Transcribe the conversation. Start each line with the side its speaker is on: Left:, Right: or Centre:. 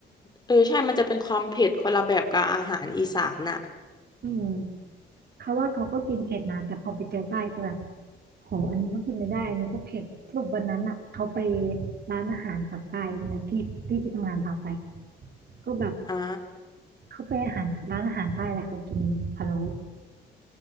Left: เออใช่มันจะเป็นความเผ็ดคนละแบบกับอาหารอีสานน่ะ
Right: อืม เขาว่าเขาก็กินเผ็ดนะแต่พอไปเจอใต้จะแบบโหอันนี้ก็กินไม่ได้อันนี้ก็เผ็ดสรุปวันนั้นอ่ะเขาไปร้านอาหารปากใต้ใช่ไหมพี่พี่ที่ทำงานพาไปก็แบบ
Left: อ่า
Right: เขาไปอาหารร้านอาหารใต้แล้วเขากินพะโล้